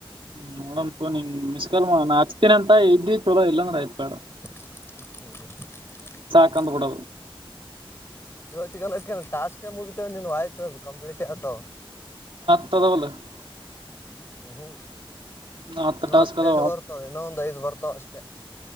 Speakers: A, on the right; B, on the left.
A: ಹ್ಮ ಮೇಡ ಮಿಸ್ ಕಲ್ ನಾ ಹಚ್ತೀನ ಅಂತ ಇದ್ದಿ ಚಲೋ ಇಲ್ಲಾಂದ್ರೆ ಆಯ್ತ್ ಮೇಡ
B: ಹ್ಮ
A: ಉಕ್ಕಂದು ಬಿಡ
B: ಇವತ್ತಗನಕಟಾಸ್ಕ ಮುಗಿತವ ನೀನು ಆಯ್ತ ಅದು ಕಂಪ್ಲೀಟ ಆತವ
A: ತ್ತದ
B: ಹ್ಮ
A: ನಾ ಹತ್ತ್
B: ಹ್ಮ ಇ
A: ಟಾಸ್ಕ್
B: ಹತ್ತೈಲ್ಲಿ
A: ಅದಾವ
B: ಬರ್ತಾವ ಇನ್ನೊ ಒಂದ್ ಐದು ಬರ್ತಾವ ಅಷ್ಟೇ